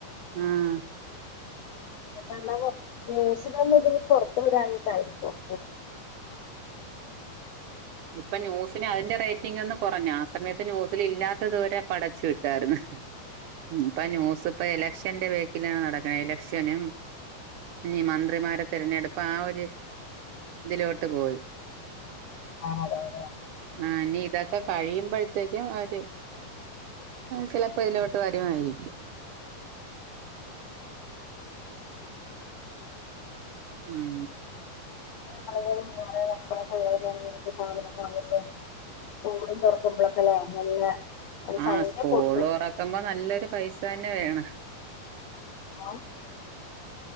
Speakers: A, on the right (about 75°); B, on the left (about 75°).
A: ഉം
B: പക്ഷെ എന്താവൊ ന്യൂസിലൊന്നും ഇത് പൊറത്തുവിടാഞ്ഞിട്ടായിരിക്കും
A: ഇപ്പൊ ന്യൂസിന് അതിന്റെ റേറ്റിങ്ങൊന്നുകുറഞ്ഞാ ആ സമയത്ത് ന്യൂസിലില്ലാത്തതുവരെ പടച്ചുവിട്ടായിരുന്നു ഉം ഇപ്പ ന്യൂസിപ്പ ഇലക്ഷന്റെ ബേക്കിലാണ് നടക്കണെ എലക്ഷനും ഇനി മന്ത്രിമാരെ തിരഞ്ഞെടുപ്പ് ആ ഒരു ഇതിലോട്ട് പോയി
B: ആ അതെയതെ
A: ആ ഇനി ഇതൊക്കെ കഴിയുമ്പഴത്തേക്കും അവര് ചിലപ്പോ ഇതിലോട്ട് വരുമായിരിക്കും ഉം
B: തകളും കൊറെ മക്കളൊക്കെയൊള്ളവരെയെ ങ്ങനെയൊക്കെ സാധനം വാങ്ങുന്നത് സ്കൂളും തൊറക്കുമ്പോളൊക്കെല്ലേ നല്ല ഒരു
A: ആ
B: സംഖ്യ
A: സ്കൂള്തൊറക്കുമ്പോ
B: പൊട്ടും
A: നല്ലൊരുപൈസ തന്നെവേണം
B: ആവ്